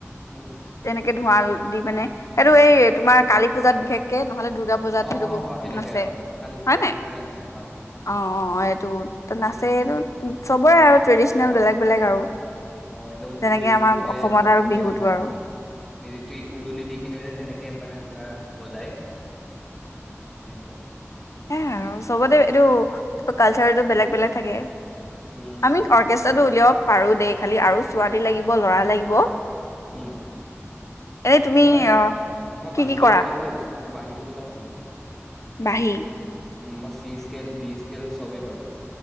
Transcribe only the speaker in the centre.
উম
অ
হয়
হয় সেনেকাই
অ কালি
কালী
পূজাৰ নিচিনা
অ একদম
উৰুলি
দি কিনে
মিউজিকটো
মিউজিকটো উৰুলি দি কিনে যে যেনেকে মানে ধৰা বজাই এনেকুৱা
উম
উম
মই
মই
বাহিটো
বজাওঁ বুলি ভাবিছো মই বাহিটো বজাম ভাবিছো
উম মই চি সকেল ডি স্কেল তব বাৰু